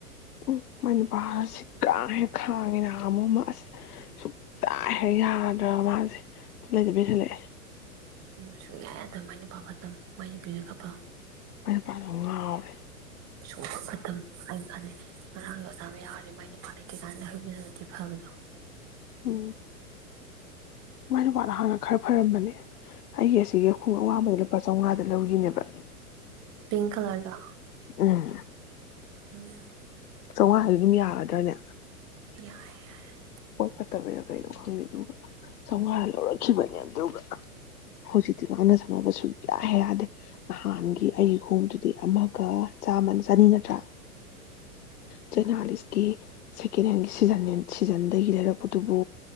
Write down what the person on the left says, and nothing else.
ꯎꯝ ꯃꯥꯏ ꯅꯨꯄꯥ ꯁꯤꯈꯥꯡꯍꯦꯛ ꯈꯥꯡꯉꯤꯅ ꯑꯃ-ꯑꯃꯣ ꯑꯁ ꯁꯨꯛꯌꯥ ꯍꯦꯛ ꯌꯥꯗ꯭ꯔꯒ ꯃꯥꯁꯦ ꯂꯩꯗꯕꯤ ꯍꯟꯂꯛꯑꯦ
ꯃꯥꯏ ꯅꯨꯄꯥꯗꯣ ꯉꯥꯎꯔꯦ
ꯎꯝ ꯃꯥꯏ ꯅꯨꯄꯥꯗꯣ ꯍꯥꯟꯅ ꯈꯔ ꯐꯔꯝꯕꯅꯦ ꯑꯩꯒꯤ ꯑꯁꯤꯒꯤ ꯈꯣꯡꯎꯞꯡ ꯑꯋꯥꯕꯗꯣ ꯂꯨꯄꯥ ꯆꯥꯝꯃꯉꯥ ꯂꯧꯔꯤꯅꯦꯕ
ꯎꯨꯝ
ꯆꯥꯝꯃꯉꯥꯗꯨ ꯑꯗꯨꯝ ꯌꯥꯕ ꯌꯥꯗ꯭ꯔꯅꯦ
ꯃꯕꯨꯛ ꯐꯠꯇꯕꯔꯥ ꯀꯩꯅꯣ ꯈꯪꯗꯦ ꯑꯗꯨꯒ ꯆꯥꯝꯃꯉꯥ ꯂꯧꯔꯛꯈꯤꯕꯅꯦ ꯑꯗꯨꯒ ꯍꯧꯖꯤꯛꯇꯤ ꯉꯥꯡꯅ ꯁꯪꯅꯕ ꯁꯨꯛꯌꯥ ꯌꯥꯗꯦ ꯅꯍꯥꯟꯒꯤ ꯑꯩꯒꯤ ꯈꯣꯡꯗꯨꯗꯤ ꯑꯃꯒ ꯆꯥꯃ ꯆꯥꯅꯤ ꯅꯈ꯭ꯔ ꯆꯅꯤꯒꯠꯇ꯭ꯔꯥ ꯆꯅꯤꯃꯥꯂ <unintelligible> ꯀꯤ ꯁꯦꯀꯦꯟ ꯍꯦꯟꯒꯤ ꯁꯤꯖꯟꯅꯦ ꯁꯤꯖꯟ ꯑꯗꯒꯤ ꯂꯩꯔꯛꯄꯗꯨꯕꯨ